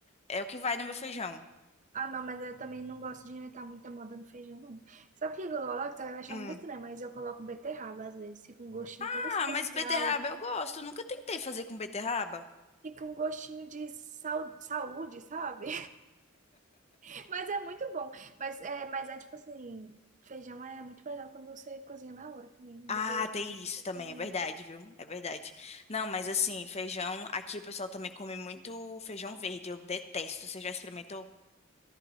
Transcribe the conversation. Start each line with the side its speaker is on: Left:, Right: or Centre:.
Left: É o que vai no meu feijão.
Right: Ah, não, mas eu também não gosto de inventar muita moda no feijão, não. Sabe o que eu coloco? Você vai achar
Left: Hum.
Right: muito estranho, mas eu coloco beterraba às vezes. Fica um gostinho
Left: Ah,
Right: todo especial.
Left: mas beterraba eu gosto. Eu Nunca tentei fazer com beterraba.
Right: Fica um gostinho de sau- saúde, sabe? <laughs> Mas é muito bom. Mas é, mas é tipo assim, feijão é muito melhor quando você cozinha na hora também.
Left: Ah,
Right: Depois ele...
Left: tem
Right: fica
Left: isso também,
Right: com-
Left: é verdade, viu? É verdade. Não, mas assim, feijão, aqui o pessoal também come muito feijão verde. Eu detesto. Você já experimentou?